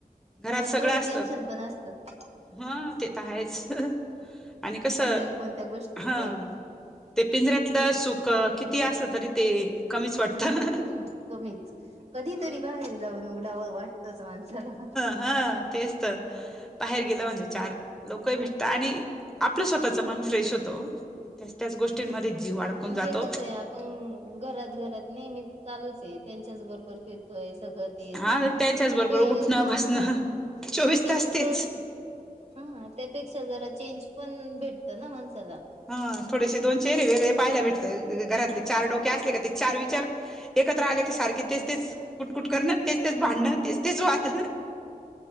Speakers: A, in the centre; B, on the right.
A: घरात
B: पण
A: सगळं
B: तेवढं
A: असतात.
B: टेन्शन पण असतं
A: हा ते तर आहेच आणि कसं
B: कोणत्या न कोणत्या गोष्टीच
A: ह. ते पिंजऱ्यातलं सुख किती असलं तरी ते कमीच वाटतं.
B: हम्म. कमीच कधीतरी
A: हा
B: बाहेर जाऊन उडाव वाटतंच माणसाला.
A: हा तेच तर. बाहेर गेला म्हणजे चार लोक भेटतात. आणि आपलं स्वतःच मन फ्रेश होतो. त्याच त्याच गोष्टींमध्ये
B: तेच तर
A: जीव अडकून
B: आणि
A: जातो.
B: हे कसं आहे आपण घरात घरात नेहमीच चांलूच ये. त्यांच्याचबरोबर फिर टोय सगळं तेच
A: हा त्याच्याच
B: मग
A: बरोबर
B: ते
A: उठणं बसणं
B: हा
A: चोवीस
B: सगळं.
A: तास तेच
B: हा त्यापेक्षा जरा चेंज पण भेटतं ना माणसाला.
A: हा थोडेसे दोन चेहरेवेगळे पाहायला भेटतात. घरातले चार डोके असले का चार विचार एक. एकत्र आले की सारखे तेच तेच कुटकुट करणं तेच तेच भांडणं तेच तेच वाद.